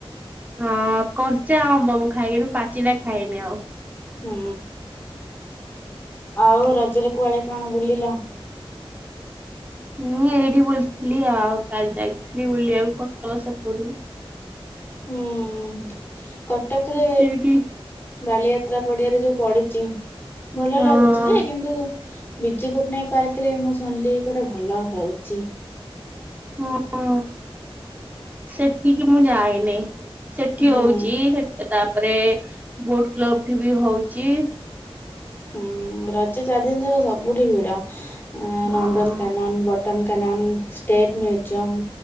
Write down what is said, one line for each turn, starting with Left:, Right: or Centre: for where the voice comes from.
Right: ହଁ କଞ୍ଚା ଅମ୍ବ ମୁଁ ଖାଇକନି ପାଚିଲା ଖାଇନି ଆଉ।
Left: ହୁଁ ଆଉ ରଜରେ କୁଆଡେ କଣ ବୁଲିଲ।
Right: ମୁଁ ଏଇଠି ବୁଲଥିଲି ଆଉ କାଲି ଯାଇଥିଲି ବୁଲିବାକୁ କଟକ ସେପଟକୁ।
Left: ହୁଁ। କଟକ ରେ
Right: ସେଇଠି
Left: ବାଲିଯା ଯାତ୍ରା ପଡିଆରେ ଯୋଉ ପଡିଛି ଭଲ
Right: ହଁ
Left: ଲାଗୁଛି ଯେ କିନ୍ତୁ ବିଜୁ ପଟ୍ଟନାୟକ ପାର୍କ ରେ ମୁଁ ଶୁଣିଲି ଗୋଟେ ଭଲ ହଉଛି।
Right: ହଁ ସେଠିକି ମୁଁ ଯାଇନି। ସେଠି
Left: ହୁଁ।
Right: ହଉଛି ତା ତାପରେ ବୋଟ କ୍ଲବ ଠି ବି ହଉଛି।
Left: ହୁଁ ରଜ ଚାରଦିନ ତକ ସବୁଠି ଭିଡ।
Right: ହଁ
Left: ନନ୍ଦନ Kanan but Nandan Kanan, state museum